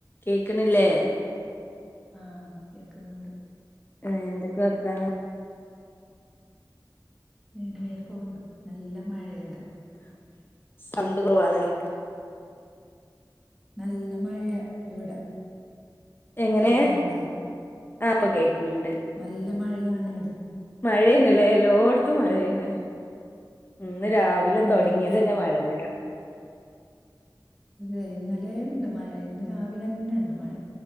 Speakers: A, on the left; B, in the centre.
A: കേക്കണില്ലേ?
B: ആഹ് കേക്ക്ന്നുണ്ട്.
A: ഏഹ് എന്തൊക്കെ വർത്താനം?
B: ങ്ങനെ പോന്ന് നല്ല മഴയാ ഇവിടെ.
A: സൗണ്ട് കുറവ് ആണല്ലോ.
B: നല്ല മഴയാ ഇവിടെ.
A: എങ്ങനെ
B: കേക്കുന്നുണ്ടോ
A: ആ പ്പൊ കേൾക്ക്ണ്ട്.
B: നല്ല മഴയാണ് ഇട
A: മഴയന്നല്ലേ എല്ലോട്ത്തും മഴ തന്നെ ഇന്ന് രാവിലെ
B: ഉം
A: തൊടങ്ങ ങ്ങിയത് തന്നെ മഴ മല
B: അതെ ഇന്നലെ ഇണ്ട് മഴ ഇന്ന് രാവിലെന്നെ ഉണ്ട് മഴ